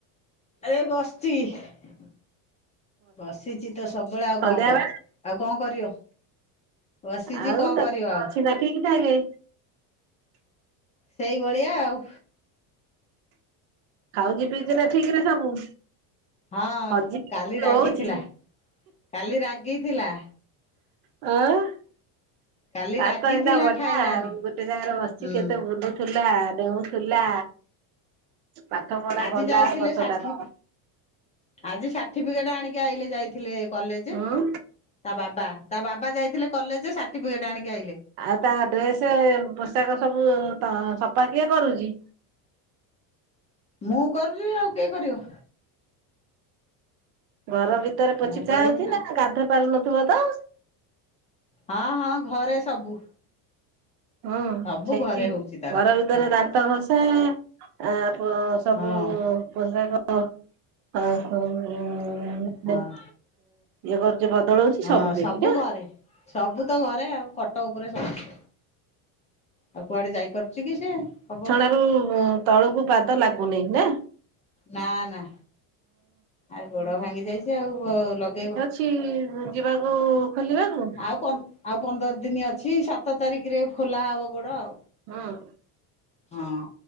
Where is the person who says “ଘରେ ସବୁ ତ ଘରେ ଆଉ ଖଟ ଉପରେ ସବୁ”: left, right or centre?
Left